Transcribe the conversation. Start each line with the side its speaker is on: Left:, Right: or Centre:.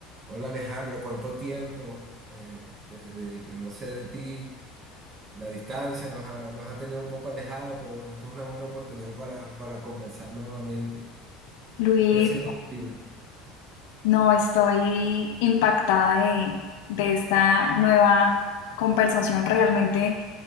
Right: Hola Alejandra, ¿cuánto tiempo? Eh, desde que no sé de ti, la distancia nos ha, nos ha tenido un poco alejado, pero bueno, esto es una buena oportunidad para, para conversar nuevamente.
Left: Luis,
Right: ¿Qué ha sido de tu vida?
Left: no estoy impactada de, de esta nueva conversación. Realmente